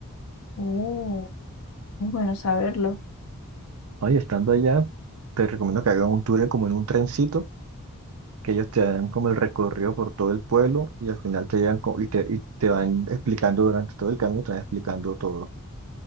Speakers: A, on the left (about 80°); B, on the right (about 70°).
A: Uh, muy bueno saberlo.
B: Oye, estando allá, te recomiendo que hagan un tour como en un trencito, que ellos te dan como el recorrido por todo el pueblo y al final te llegan co- y te, y te van explicando durante todo el camino, te van explicando todo.